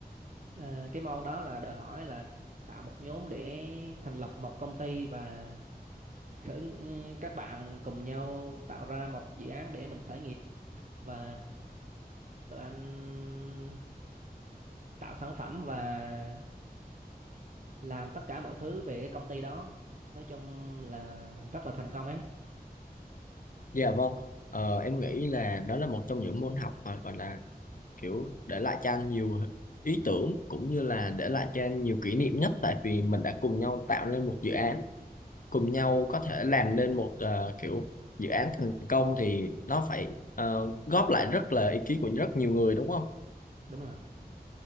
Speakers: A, on the right (about 50°); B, on the left (about 55°).
A: Ờ, cái môn đó là đòi hỏi là tạo một nhóm để thành lập một công ty và khởi ừ, các bạn cùng nhau tạo ra một dự án để mình khởi nghiệp và tụi anh tạo sản phẩm và làm tất cả mọi thứ về cái công ty đó nói chung là rất là thành công ấy
B: Dạ vâng Ờ, em nghĩ là đó là một trong những môn học mà gọi là kiểu để lại cho anh nhiều ý tưởng cũng như là để lại cho anh nhiều kỷ niệm nhất tại vì mình đã cùng nhau tạo nên một dự án cùng nhau có thể làm nên một ờ, kiểu dự án thành công thì nó phải ờ, góp lại rất là ý kiến của rất nhiều người đúng không?
A: đúng rồi